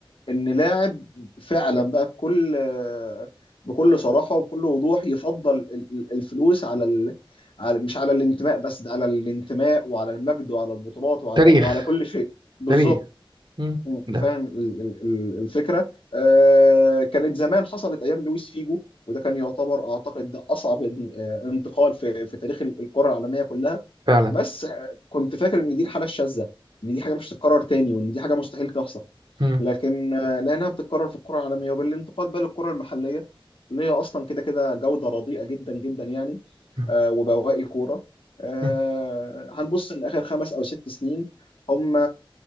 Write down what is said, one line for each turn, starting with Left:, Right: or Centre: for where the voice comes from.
Left: ان لاعب فعلا بقى بكل آه، بكل صراحه وبكل وضوح يفضل ال- ال- الفلوس على ال... على مش على الانتماء بس ده على الانتماء وعلى المجد وعلى البطولات وعلى
Right: تاريخ
Left: وعلى كل شيء بالظبط
Right: تاريخ مم.
Left: مم.
Right: ده
Left: فاهم ال- ال- ال- الفكره آه، كانت زمان حصلت ايام لويس فيجو وده كان يعتبر اعتقد ده اصعب ان- آه، انتقال في في تاريخ ال- الكره العالميه كلها
Right: فعلا
Left: بس آه، كنت فاكر ان دي الحاله الشاذه ان دي حاجه مش هتتكرر تاني وان دي حاجه مستحيل تحصل
Right: مم.
Left: لكن آه، لانها بتتكرر في الكره العالميه وبالانتقال بقى للكره المحليه اللي هي اصلا كده كده جوده رديئه جدا جدا يعني
Right: مم.
Left: آه، وبواقي كورة آه،
Right: مم.
Left: هنبص إن آخر خمس أو ست سنين هم